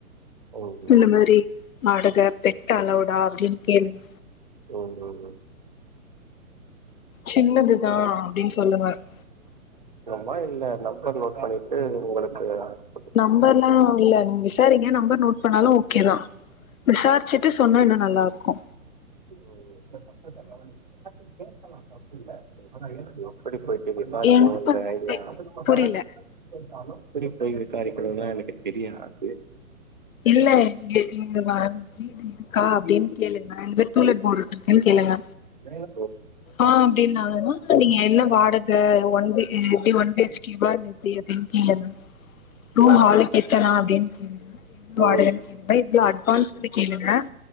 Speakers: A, on the right; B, on the left.
A: ம்
B: இந்த மாரி ஆடுக பெட் அலவ்டா அப்டின்னு கேளுங்க
A: உம் உம் உம்
B: சின்னதுதா அப்டின்னு சொல்லுங்க <inaudible>
A: மா இல்ல நம்பர் நோட் பண்ணிட்டு உங்களுக்கு அனுப்பட்டுமா?
B: நம்பர்ல்லா இல்ல நீங்க விசாரிங்க நம்பர் த நோட் பண்ணாலு ஓக்கே தா விசாரிச்சுட்டு சொன்னா இன்னு நல்லாருக்கு
A: உம் <inaudible> சத்தத்த கவனி எல்லாத்துக்கு கேக்கலா தப்பு இல்ல ஆனா <inaudible> எப்டி போய் <unintelligible> விசாரிக்கனுன்ற
B: என்ன பண்றீங்க
A: ஐடியா <inaudible> இருந்தாலு
B: புரில
A: எப்டி போய் விசாரக்கனுல்லா எனக்கு தெரியாது
B: இல்ல இங்க இங்க வா வீடு இருக்கா அப்டின்னு கேளு அ இங்க டூலெட் போர்டு இருக்குனு கேளுங்க
A: ம்
B: ஆஹ் அப்டின்னாங்கனா செரிங்க என்ன வாடக இப்டி வந்து கிபாது எப்டி அப்டின்னு கேளுங்க ரூம்
A: ஆ
B: ஹாலு கிச்சனா அப்டின் கேளுங்க எவ்ளோ வாடகன்னு
A: ம்
B: கேளுங்க எவ்ளோ அட்வான்ஸுன்னு கேளுங்க